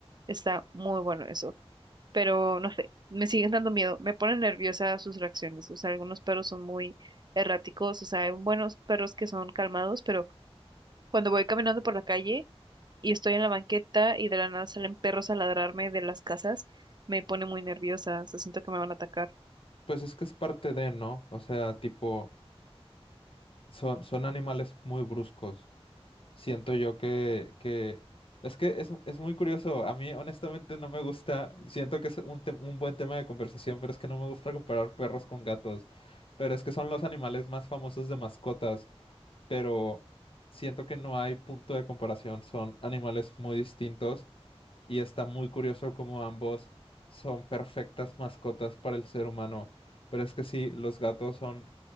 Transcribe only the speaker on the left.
Pues es que es parte de, ¿no? O sea, tipo, son, son animales muy bruscos. Siento yo que, que... Es que es, es muy curioso. A mí, honestamente, no me gusta. Siento que es un, te- un buen tema de conversación, pero es que no me gusta comparar perros con gatos. Pero es que son los animales más famosos de mascotas. Pero siento que no hay punto de comparación. Son animales muy distintos. Y está muy curioso cómo ambos son perfectas mascotas para el ser humano. Pero es que sí, los gatos son